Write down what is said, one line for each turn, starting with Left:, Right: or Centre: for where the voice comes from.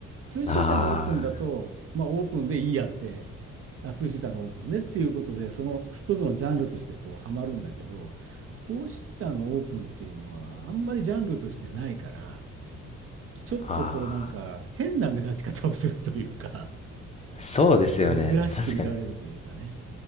Right: 2シーターのオープンだと、
Left: あ
Right: まあオープンでいいやって、あ、2シーターのオープンねっていうことで、その一つのジャンルとしてこうハマるんだけど、フォーシーターのオープンっていうのはあんまりジャンルとしてないから、ちょっとこうなんか変な目立ち方をするというか、
Left: ー、あー、そうですよね。
Right: 珍しく見られるというかね、
Left: 確かに。